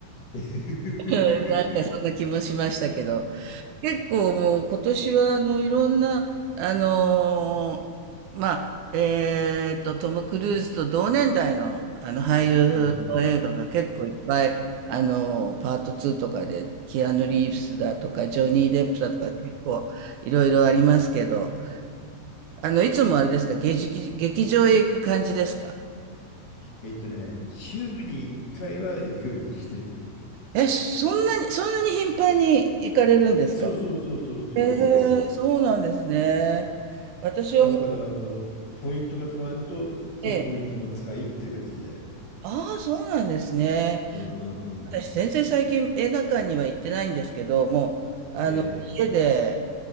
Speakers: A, on the left; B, on the right.
A: <laughs>
B: うんなんかそんな気もしましたけど、結構もう今年はあのいろんな、あのーまあ、えーっと、トム・クルーズと同年代のあの俳優の映画が結構いっぱい、
A: うん。
B: あのーパート2とかで、キアヌ・リーブスだとか、ジョニー・デップだとか結構いろいろありますけど、あの、いつもあれですか、劇場、劇場へ行く感じですか
A: えっとね、週に1回は行くようにしてる。
B: え、そんなに、そんなに頻繁に行かれるんですか
A: そうそうそうそうそうそうそう。
B: えー、そうなんですね。私はもう
A: だから、あの、ポイントが貯まると、そのポイントも使いっていう形で。
B: ね、ああ、そうなんですね。
A: うんうんうん。
B: 私、全然最近映画館には行ってないんですけど、もう、あの、
A: ええ。
B: 家で、
A: ええ